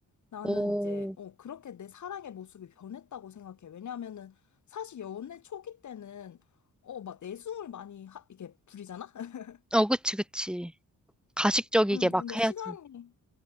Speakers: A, on the left; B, in the centre.
A: 나는
B: 오,
A: 이제 어 그렇게 내 사랑의 모습이 변했다고 생각해. 왜냐하면은 사실 연애 초기 때는 어 막 내숭을 많이 하, 이게 부리잖아. <laughs>
B: 어, 그치, 그치. 가식적이게
A: 응.
B: 막
A: 근데
B: 해야지.
A: 시간이